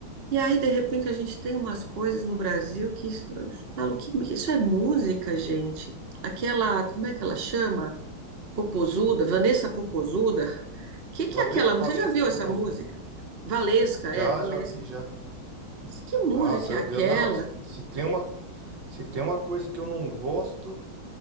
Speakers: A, on the right (about 40°); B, on the right (about 60°).
A: E aí, de repente, a gente tem umas coisas no Brasil que isso- eu falo que que isso é música, gente. Aquela, como é que ela chama? Popozuda, Vanessa Popozuda. <laughs> que, que
B: Vale-
A: é aquela música?
B: Valesca
A: Você já viu
B: Popozuda.
A: essa música? Valesca,
B: Já,
A: é, Valesca.
B: já vi, já.
A: Que música
B: Nossa,
A: é
B: eu,
A: aquela?
B: eu- não, se, se tem uma, se tem uma coisa que eu não gosto